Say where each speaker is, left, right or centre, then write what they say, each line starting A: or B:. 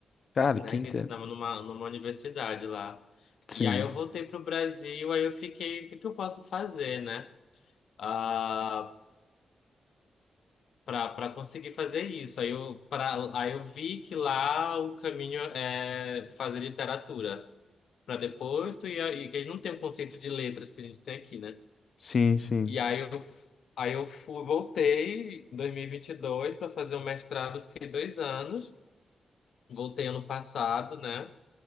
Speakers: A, on the left; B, on the left.
A: Cara,
B: né?
A: quinta.
B: Que eu ensinava numa, numa universidade lá.
A: Sim.
B: E aí eu voltei pro Brasil, aí eu fiquei, o que que eu posso fazer, né? Ah, pra, pra conseguir fazer isso. Aí eu, pra, aí eu vi que lá o caminho é fazer literatura. Pra depois tu ia, e que a gente não tem o conceito de letras que a gente tem aqui, né?
A: Sim, sim.
B: E
A: <laughs>
B: aí eu, f- aí eu fui, voltei em 2022 para fazer o mestrado, fiquei dois anos. Voltei ano passado, né?